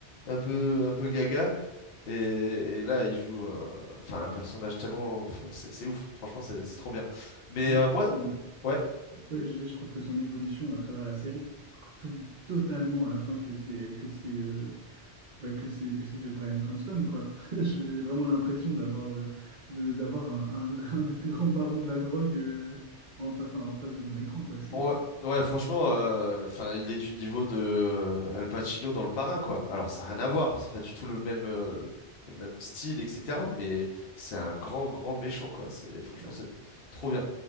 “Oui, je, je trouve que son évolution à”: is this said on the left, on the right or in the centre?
Right